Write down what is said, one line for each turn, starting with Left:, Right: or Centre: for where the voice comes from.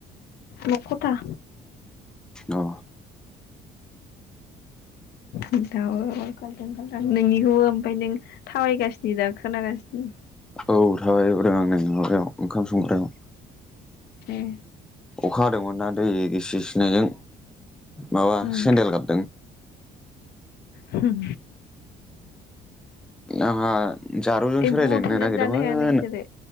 Left: न'खथा।
Centre: अ।
Left: नोंथांआबो काल्दां गाल्दां नोंनिखौबो ओमफफ्राय नों थाबायगासिनो खोनागासिनो।
Centre: औ थाबायहदों आं नै माबायाव ओंखाम संग्रायाव।
Left: ए
Centre: अखा हादोंमोन ना दै इसे सिनायजों माबा
Left: ओम
Centre: सेन्देल गाबदों।
Left: होम।
Centre: नाङा। जारौजोंसो
Left: ए बुथारनानै
Centre: रायजलायनो नागिरदोंमोन
Left: जानो हाया नोंसोरो